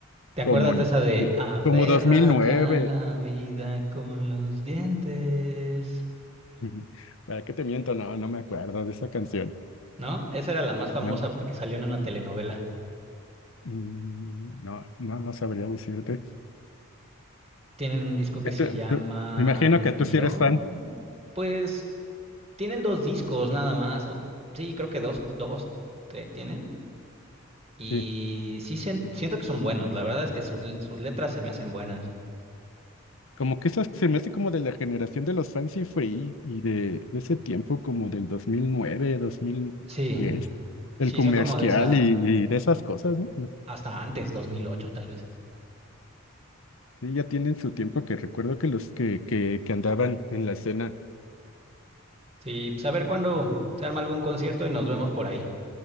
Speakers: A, on the right (about 30°); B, on the left (about 70°).
A: ¿Te
B: como
A: acuerdas
B: en,
A: de esa de
B: sí,
A: aférrate
B: como dos mil nueve
A: a la vida con los dientes?
B: <laughs> ¿Para qué te miento? No, no me acuerdo de esa canción.
A: ¿No? Esa era la más famosa
B: No,
A: porque salió en una telenovela.
B: Mm, no, no, no sabría decirte.
A: Tienen un disco
B: ¿Tú-
A: que se llama
B: tú- me imagino
A: Miró.
B: que tú sí eres fan.
A: Pues tienen dos discos nada más. O, sí, creo que dos, dos tre- tienen. Y
B: Sí.
A: sí sien- siento que son buenos. La verdad es que sus, sus letras se me hacen buenas.
B: Como que esas se me hace como de la generación de los Fancy Free y de, de ese tiempo como del dos dos mil nueve dos mil
A: Sí,
B: diez del
A: sí,
B: comercial
A: son como de esa...
B: y, y de esas cosas, ¿no?
A: Hasta antes, 2008 tal vez.
B: Sí, ya tienen su tiempo que recuerdo que los que, que, que andaban en la escena.
A: Sí, pues a ver cuándo se arma algún concierto y nos vemos por ahí.